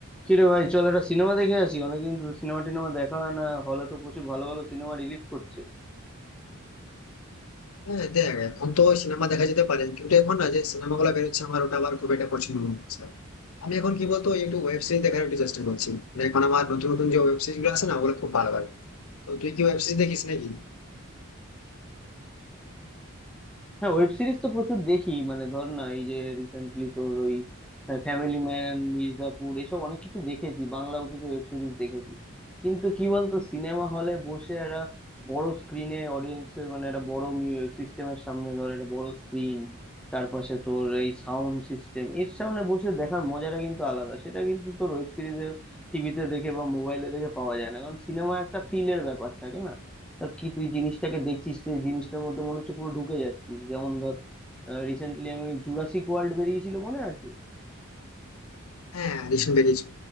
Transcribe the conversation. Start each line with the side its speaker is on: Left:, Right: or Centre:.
Centre: কিরে ভাই চল একটা সিনেমা দেখে আসি অনেকদিন তো সিনেমা টিনেমা দেখা হয় না হলে তো প্রচুর ভালো ভালো সিনেমা রিলিজ করছে
Left: হ্যাঁ দেখ এখন তো সিনেমা দেখা যেতে পারে কিন্তু এখন না যে সিনেমা গুলো বেরোচ্ছে আমার ওটা আবার খুব একটা পছন্দ হচ্ছে না। আমি এখন কি বলতো একটু ওয়েব সিরিজ দেখার একটু চেষ্টা করছি মানে এখন আমার নতুন নতুন যে ওয়েব সিরিজ গুলো আছে না ওগুলো খুব ভালো লাগে তো তুই কি ওয়েব সিরিজ দেখিস নাকি
Centre: হ্যাঁ ওয়েব সিরিজ তো প্রচুর দেখি মানে ধর না এই যে রিসেন্টলি তোর ওই ফ্যামিলি ম্যান মির্জাপুর এসব অনেক কিছু দেখেছি বাংলাও কিছু ওয়েব সিরিজ দেখেছি কিন্তু কি বলতো সিনেমা হলে বসে একটা বড় স্ক্রিনে অডিয়েন্সের মানে একটা বড় সিস্টেমের সামনে ধর একটা বড় স্ক্রিন তার পাশে তোর এই সাউন্ড সিস্টেম এর সামনে বসে দেখার মজাটা কিন্তু আলাদা সেটা কিন্তু তোর ওয়েব সিরিজে টিভিতে দেখে বা মোবাইলে দেখে পাওয়া যায় না কারণ সিনেমা একটা ফিলের ব্যাপার থাকে না তা কি তুই জিনিসটাকে দেখছিস তুই জিনিসটার মধ্যে মনে হচ্ছে পুরো ঢুকে যাচ্ছিস যেমন ধর রিসেন্টলি আমি জুরাসিক ওয়ার্ল্ড বেরিয়েছিল মনে আছে
Left: হ্যাঁ রিসেন্ট বেরিয়েছে